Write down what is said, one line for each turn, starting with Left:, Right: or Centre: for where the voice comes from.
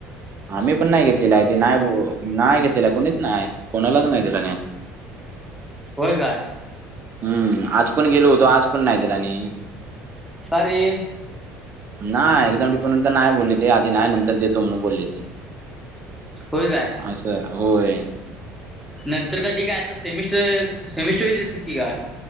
Right: आम्ही पण नाही घेतलेला आहे ते नाही. हो नाही घेतला कोणीच नाही कोणालाच नाही दिलानी.
Centre: होय काय.
Right: हम्म आज पण गेलो होतो आज पण नाही दिलानी.
Centre: का रे.
Right: नाही एक्झाम डिपार्टमेंट च नाही बोलले ते आधी नाही नंतर देतो म्हणून बोलली ते.
Centre: होय काय.
Right: असं होय.
Centre: नंतर कधी काय आता सेमिस्टर सेमिस्टर वेळी देत की काय.